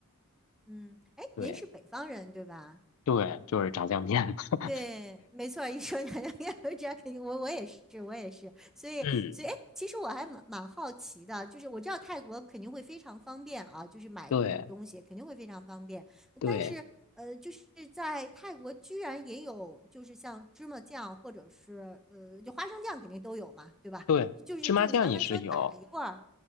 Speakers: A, in the centre; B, on the left.
A: 嗯，哎，
B: 对
A: 您是北方人对吧？
B: 对，就是炸酱面。<laughs>
A: 对，没错儿，一说娘娘我知道肯定我我也是，我也是，所以所以，
B: 嗯，
A: 哎，其实我还蛮蛮好奇的，就是我知道泰国肯定会非常方便啊，就是买各种东西肯定会非常方便，
B: 对对
A: 但是呃，就是在泰国居然也有，就是像芝麻酱或者是呃，就花生酱肯定都有嘛，对吧？
B: 对，
A: 就是就是你刚才说打一罐儿
B: 芝麻酱也是有。